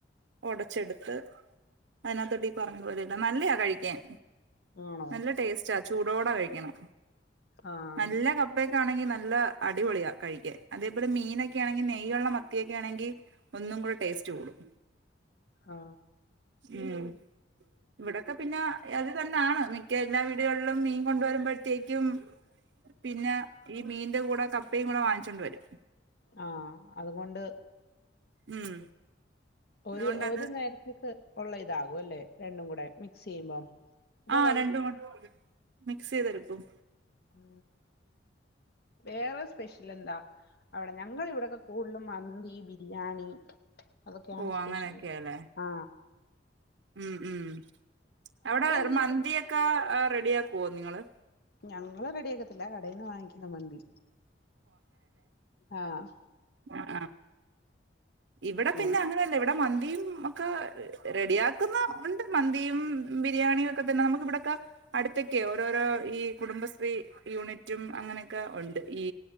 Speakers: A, on the right; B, on the left.
A: ഒടച്ചെടുത്ത് അതിനത്തൊട്ട് ഈ പറഞ്ഞ പോലെല്ല നല്ലെയാ കഴിക്കാൻ.
B: ആണോ
A: നല്ല ടേസ്റ്റാ ചൂടോട കഴിക്കണം.
B: ആഹ്
A: നല്ല കപ്പ പ്പേക്ക ആണെങ്കി നല്ല അടിപൊളിയാ കഴിക്ക അതേപോലെ മീനൊക്കെ ആണെങ്കി നെയ്യോള്ള മത്തിയൊക്കെ ആണെങ്കി ഒന്നുംകുട ടേസ്റ്റ് കൂടും.
B: ആ
A: ഉം ഇവിടൊക്കെ പിന്ന അത് തന്നാണ് മിക്ക എല്ലാ വീടുകളിലും മീൻ കൊണ്ട വരുമ്പോഴ്ത്തേക്കും
B: <unintelligible>
A: പിന്ന ഈ മീന്റ കൂടെ കപ്പേം കൂടെ വാങ്ങിച്ചോണ്ട് വരും.
B: ആഹ് അതുകൊണ്ട്
A: ഉം
B: ഒരു
A: അതുകൊണ്ടത്
B: ഒരു നേരത്തേക്ക് ഒള്ള ഇതാകും അല്ലേ രണ്ടും കൂടെ. മിക്സ് ചെയ്യുമ്പം അതോ
A: ആ
B: വൈ
A: രണ്ട് മണ മിക്സ് ചെയ്തെടുക്കും.
B: ഉ വേറെ സ്പെഷ്യൽ എന്താ? അവിടെ ഞങ്ങള ഇവിടെയൊക്കെ കൂടുതലും മന്തി, ബിരിയാണി. അതൊക്കെയാണ്
A: ഓ
B: സ്പെഷ്യൽ.
A: അങ്ങനെയൊക്കെയാല്ലേ
B: ആ
A: ഉം, ഉം അവിട
B: മീൻകറി
A: മന്തിയക്ക റെഡി ആക്കുവോ നിങ്ങള്?
B: ഞങ്ങള് റെഡിയാക്കത്തില്ല കടെന്ന് വാങ്ങിക്കുന്ന മന്തി. ആഹ്
A: ആഹ് ആഹ് ഇവിടെ
B: ബീഫ്
A: പിന്ന അങ്ങനല്ല ഇവിടെ മന്തിയും ഒ ക്കെ റെഡിയാക്കുന്ന ണ്ട് മന്തിയും ബിരിയാണിയും ക്കെ തന്നെ നമുക്ക് ഇവിടക്ക അടുത്തൊക്കെ ഓരോരോ ഈ കുടുംബശ്രീ യൂണിറ്റും അങ്ങനെക്കെ ഉണ്ട് ഈ